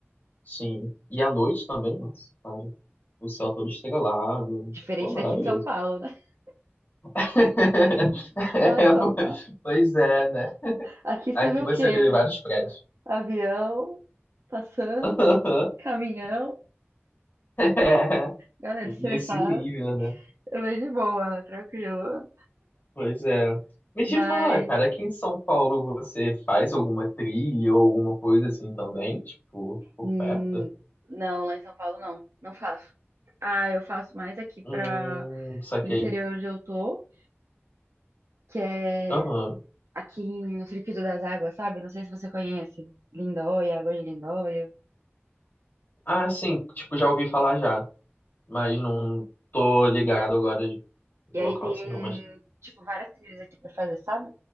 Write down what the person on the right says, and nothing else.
Diferente
daqui de São Paulo, né? <laughs>
Lá
de São
Paulo.
Aqui
você vê o
quê?
Avião passando,
caminhão,
galera estressada.
É bem de boa, né? Tranquilo.
Mas.
Hum,
não, lá em São Paulo não, não faço. Ah, eu faço mais aqui
para
o interior onde eu tô, que é
aqui em- no Circuito das Águas, sabe? Não sei se você conhece. Lindóia, Água de Lindóia.
E aí
tem,
tipo, várias trilhas aqui pra fazer, sabe?